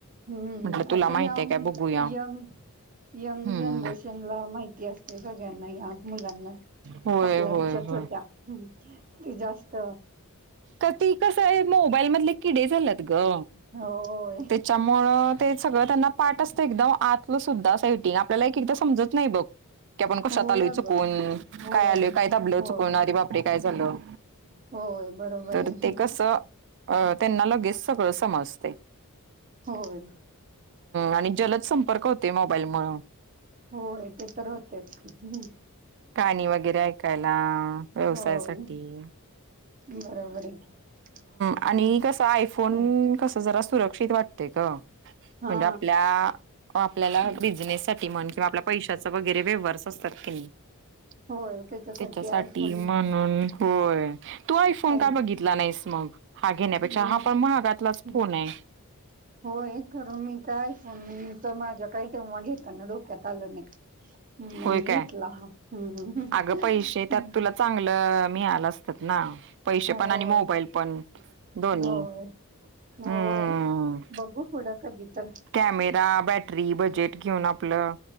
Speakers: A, on the right (about 40°); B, on the right (about 55°).
A: हम्म
B: म्हटलं तुला
A: आता
B: माहितीय
A: या आम
B: काय बघूया
A: यंग यंग
B: हम्म
A: जनरेशन ला माहिती असते सगळ्यांना या मुलांना
B: होय
A: आपल्यापेक्षा
B: होय होय
A: छोट्या ते जास्त
B: का ती कसं आहे मोबाईल मधले किडे झाल्यात ग
A: होय.
B: त्याच्यामुळ ते सगळं त्यांना पाठ असतं एकदम आतलं सुद्धा सेटिंग आपल्याला एक एकदा समजत नाही हो बघ की आपण कशात
A: होय
B: आलोय
A: अगं
B: चुकून
A: होय.
B: काय आलूय काय दाबलं
A: होय
B: चुकून आरे बापरे काय झालं
A: होय बरोबर
B: तर
A: आहे
B: ते कस अ त्यांना लगेच सगळं समजतंय
A: होय
B: आणि जलद संपर्क होते मोबाईल मूळ.
A: होय ते तर होतेच.
B: गाणी वगैरे ऐकायला व्यवसायात
A: होय
B: साठी.
A: बरोबर आहे की.
B: आणि
A: हं,
B: कस आयफोन
A: हं.
B: कस जरा सुरक्षित वाटतय ग म्हणजे
A: हा
B: आपल्या आपल्याला
A: हं.
B: बिझनेससाठी म्हण किंवा आपल्या पैशाच वगैरे व्यवहार असतील. ख नाही <unintelligible>
A: होय
B: त्याच्यासाठी
A: आयफोन
B: म्हणून होय तू आयफोन
A: पाहिजे.
B: का बघितला नाहीस मग हा घेण्यापेक्षा
A: हं,
B: हा पण महागातलाच
A: हं.
B: फोन आहे.
A: होय खरं मी काय फोन मी तर माझ्या काय तेव्हा घेताना डोक्यात आलं नाही. मग
B: होय
A: घेतला
B: काय?
A: हा.
B: अगं पैसे त्यात तुला चांगलं मिळालं असतं ना पैसे पण
A: होय
B: आणि मोबाईल पण दोन्ही
A: होय होय
B: हम्म.
A: बघू पुढं कधी तर.
B: Camera battery budget. घेऊन आपलं